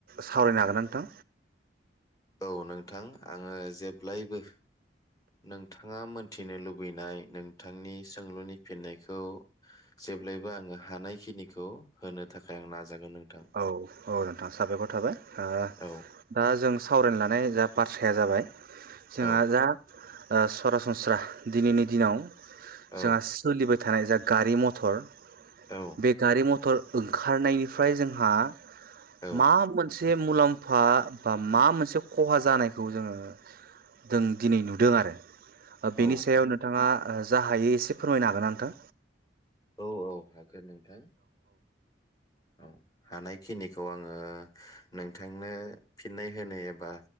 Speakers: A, on the right (about 50°); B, on the left (about 20°).
A: सावरायनो हागोन ना नोंथां?
B: औ नोंथां आङो जेब्लायबो नोंथाङा मोनथिनो लुबैनाय नोंथांनि सोंलुनि फिननायखौ जेब्लायबो आङो हानायखिनिखौ होनो थाखाय आं नाजागोन नोंथां।
A: औ औ नोंथाङा साबायखर थाबाय। ओ
B: औ
A: दा जों सावरायनो लानाय जा बाथ्राया जाबाय जोंहा
B: औ
A: दा ओ सरासनस्रा दिनैनि दिनाव
B: औ
A: जा सोलिबाय थानाय जा गारि मथर
B: औ
A: बे गारि मथर ओंखारनायनिफ्राय जोंहा
B: औ
A: मा मोनसे से मुलाम्फा बा माबा मोनसे खहा जानायखौ जोङो जों दिनै नुदों आरो। ओ बेनि
B: औ
A: सायाव नोंथाङा। ओ जा हायो एसे फोरमायनो हागोना नोंथां।
B: औ-औ हागोन नोंथां औ। हानायखिनिखौ आङो नोंथांनो फिननाय होनो एबा